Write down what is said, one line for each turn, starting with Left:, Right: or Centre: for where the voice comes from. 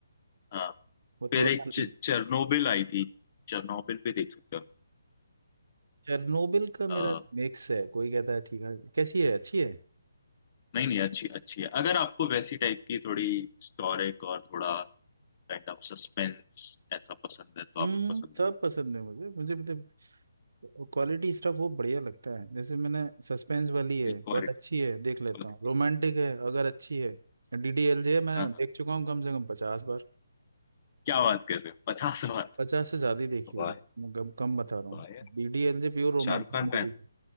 Left: हाँ
Right: वो
Left: फिर
Right: थोड़ा
Left: एक
Right: सा
Left: चेरनोबिल आई थी चेरनोबिल पे देख सकते
Right: चेरनोबिल का मेरा
Left: हो
Right: मिक्स है कोई कहता है ठीक है कैसी है अच्छी है
Left: नहीं नहीं अच्छी अच्छी है अगर आपको वैसी टाइप की थोड़ी हिस्टोरिक और थोड़ा काइंड ऑफ सस्पेंस ऐसा पसंद है तो
Right: हम्म
Left: आपको पसंद
Right: सब
Left: आएगी
Right: पसंद है मुझे मुझे मतलब क्वालिटी स्टफ वो बढ़िया लगता है जैसे मैंने सस्पेंस वाली है
Left: नहीं क्वालिटी
Right: बट अच्छी है देख लेता
Left: क्वालिटी
Right: हूँ रोमांटिक है अगर अच्छी है डीडीएलजे मैंने
Left: हाँ हाँ।
Right: देख चुका हूँ कम से कम पचास बार
Left: क्या बात कर रहे हो पचास बार
Right: पचास से ज्यादा ही देखी
Left: वाह
Right: होगी मैं कम कम बता रहा हूँ
Left: वाह यार
Right: डीडीएलजे प्योर रोमांटिक
Left: शाहरुख खान
Right: मूवी
Left: फैन
Right: है